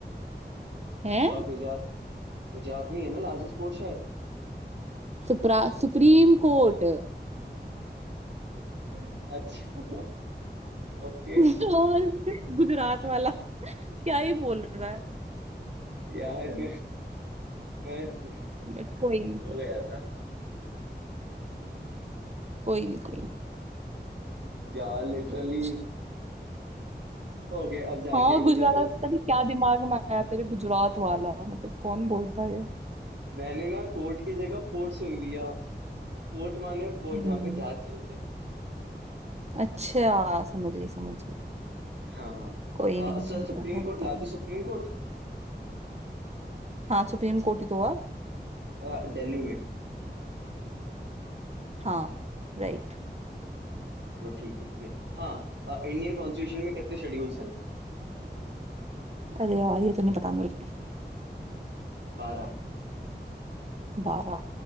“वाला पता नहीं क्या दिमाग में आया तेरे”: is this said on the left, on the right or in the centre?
Right